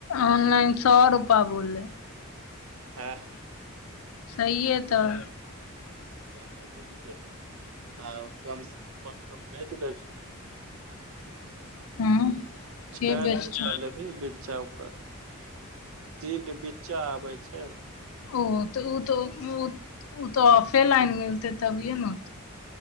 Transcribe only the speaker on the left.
ऑनलाइन स रुपा बोललै
सहीए तऽ
हँ
के बेचतै
ओ तऽ ओ तऽ ओ तऽ ऑफे लाइन मिलते तबिये ने होते